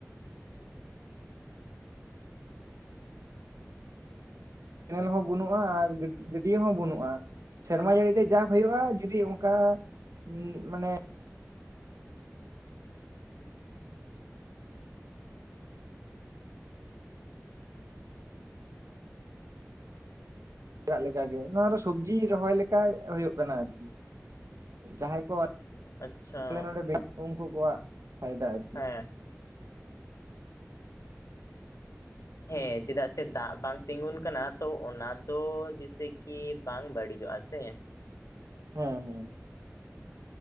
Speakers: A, on the right; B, on the left.
A: ᱠᱮᱱᱮᱞ ᱦᱚᱸ ᱵᱩᱱᱩᱜᱼᱟ ᱟᱨ ᱜᱟᱹᱰᱭᱟᱹ ᱦᱚᱸ ᱵᱩᱱᱩᱜᱼᱟ ᱥᱮᱨᱢᱟ ᱡᱟᱹᱲᱤ ᱛᱮ ᱡᱟ ᱦᱩᱭᱩᱜᱼᱟ ᱡᱩᱫᱤ ᱚᱝ ᱠᱟ ᱩᱸ ᱢᱟᱱᱮ <inaudible> ᱞᱮᱠᱟᱜᱮ ᱱᱚᱣᱟ ᱥᱚᱵᱡᱤ ᱨᱚᱦᱚᱭ ᱞᱮᱠᱟ ᱦᱩᱭᱩᱜ ᱠᱟᱱᱟ ᱟᱨᱠᱤ ᱡᱟᱦᱟᱸᱭ ᱠᱚ ᱟᱞᱮ
B: ᱟᱪᱪᱷᱟ
A: ᱱᱚᱸᱰᱮ ᱩᱝᱠᱩ ᱠᱚᱣᱟᱜ ᱯᱷᱟᱭᱫᱟ ᱟᱨ
B: ᱦᱮᱸ᱾
A: <unintelligible>
B: ᱦᱮᱸ ᱪᱮᱫᱟᱜ ᱥᱮ ᱫᱟᱜ ᱵᱟᱝ ᱛᱤᱸᱜᱩᱱ ᱠᱟᱱᱟ ᱛᱚ ᱚᱱᱟ ᱫᱚ ᱡᱮᱥᱮ ᱠᱤ ᱵᱟᱝ ᱵᱟᱹᱲᱤᱡᱚᱜᱼᱟ ᱥᱮ᱾
A: ᱦᱩᱸ ᱦᱩᱸ